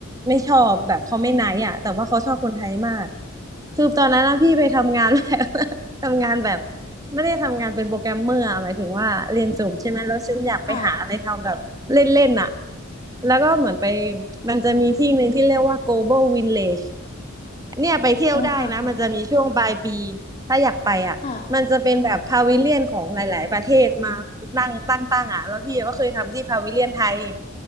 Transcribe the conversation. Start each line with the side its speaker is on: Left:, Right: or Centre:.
Right: ไม่ชอบแบบเขาไม่ไนท์อ่ะแต่ว่าเขาชอบคนไทยมากคือตอนนั้นนะพี่ไปทำงาน <laughs> แบบ <laughs> ทำงานแบบ ไม่ได้ทำงานเป็นโปรแกรมเมอร์อะหมายถึงว่าเรียนจบใช่ไหมแล้วฉันอยากไปหาอะไรทำแบบเล่นๆอ่ะ
Left: ค่ะ
Right: แล้วก็เหมือนไปมันจะมีที่หนึ่งที่เรียกว่า Global Village เนี่ยไปเที่ยวได้นะมันจะมีช่วงปลายปี
Left: อ๋อค่ะค่ะ
Right: ถ้าอยากไปอ่ะมันจะเป็นแบบพาวิเลียนของหลายๆประเทศมานั่งตั้งๆอ่ะแล้วพี่ก็เคยทำที่พาวิเลียนไทย
Left: ค่ะ